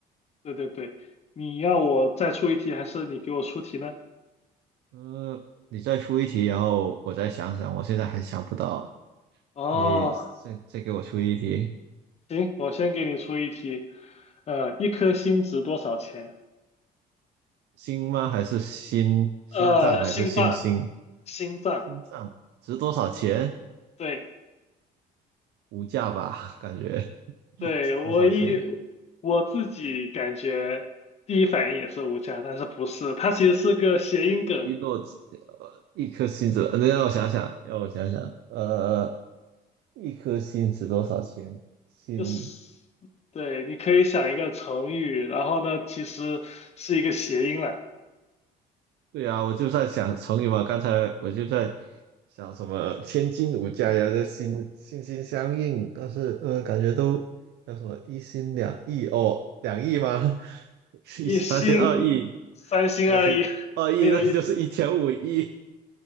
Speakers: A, on the left; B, on the right.
A: 对对对，你要我再出一题，还是你给我出题呢？
B: 呃，你再出一题，然后我再想想，我现在还想不到。
A: 哦，
B: 你再再给我出一题，
A: 行，我先给你出一题，呃，一颗心值多少钱？
B: 心吗？还是心？心脏还是星星？
A: 呃，心脏，心脏，
B: 心脏值多少钱？
A: 对
B: 无价吧，<laughs> 感觉
A: 对，
B: 值多少钱？
A: 我一我自己感觉第一反应也是无价，但是不是，它其实是个谐音梗，
B: 一诺子，呃，一颗心子，呃让我想想，让我想想，呃，一颗心值多少钱？心，
A: 就是对，你可以想一个成语，然后呢，其实是一个谐音啦，
B: 对啊，我就在想成语嘛，刚才我就在像什么千金无价呀，这心心心相印，但是呃，感觉都叫什么一心两意哦，两意吗？<laughs> 是一三心二意，
A: 一心三心二意，
B: 三心二意那就是一点五亿，
A: <laughs> 没有意思。